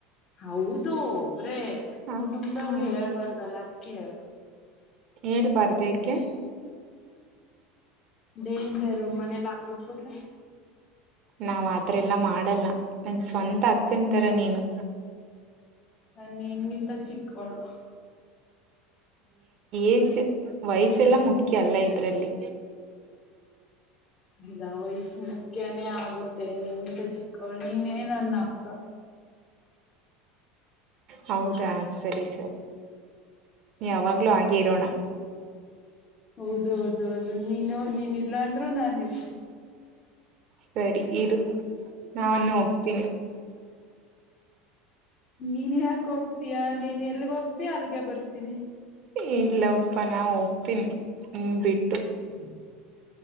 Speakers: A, on the left; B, on the right.
A: ಹೌದು ಒಬ್ರೇ
B: ಹ
A: ಕುಟುಂಬದವರು
B: ಹ
A: ಹೇಳ್ಬಾರ್ದಲ್ಲ ಅದಕ್ಕೇಳ
B: ಹೇಳ್ಬಾರ್ದು ಯಏಕೆ
A: ಡೇಂಜರ್ ಮನೇಲಿ ಹಾಕದ್ಬುಟ್ರೆ
B: ನಾವ್ ಆತ ಎಲ್ಲಾ ಮಾಡಲ್ಲ ನನ್ ಸ್ವಂತ ಅಕ್ಕಂತರ ನೀನು
A: ನ ನಿನ್ಗಿಂತ ಚಿಕ್ಕಳು
B: ಏಜ್ ವಯಸ್ಸ ಎಲ್ಲ ಮುಖ್ಯ ಅಲ್ಲ ಇದ್ರಲ್ಲಿ
A: ಇಲ್ಲ ವಯಸ ಮುಖ್ಯನೇ ಆಗುತ್ತೆ ನಿಮಿಂತ ಚಿಕ್ಕವಳ್ಳಿ ನೀನೇ ನನ್ನ ಅಕ್ಕ
B: ಹೌದಾ ಸರಿ ಸರಿ ಯಾವಾಗ್ಲೂ ಆಗೆ ಇರೋಣ
A: ಹೌದ ಹೌದ ಹೌದು ನೀನು ನೀನ್ ಇಲ್ಲ ಅಂದ್ರರು ನಾನು ಇರ್ತೀನಿ
B: ಸರಿ ಇರು ನಾನು ಹೋಗ್ತೀನಿ
A: ನೀನ್ ಯಾಕ ಹೋಗ್ತೀಯಾ ನೀನ್ ಎಲ್ಗ ಹೋಗ್ತಯ ಅಲ್ಗೆ ಬರ್ತೀನಿ
B: ಇಲ್ಲ ಒಪ್ಪ ನಾ ಹೋಗ್ತೀನಿ ನಿನ್ ಬಿಟ್ಟು
A: ಹ್ಮ್